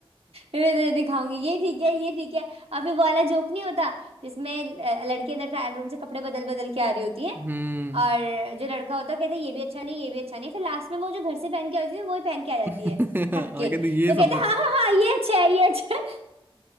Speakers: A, on the right; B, on the right.
A: मैं तुझे दिखाऊंगी ये ठीक है ये ठीक है और फिर वो वाला जोक नहीं होता जिसमें अ, लड़की अंदर ट्रायल रूम से कपड़े बदल बदल के आ रही होती है
B: हम्म
A: और जो लड़का होता है कहता है ये भी अच्छा नहीं ये भी अच्छा नहीं फिर लास्ट में वो जो घर से पहन के आई थी वो ही पहन के आ जाती
B: <laughs> हाँ
A: है थक के
B: कहते ये
A: तो
B: सबसे
A: कहता है हाँ
B: <laughs>
A: हाँ हाँ ये अच्छा है ये अच्छा है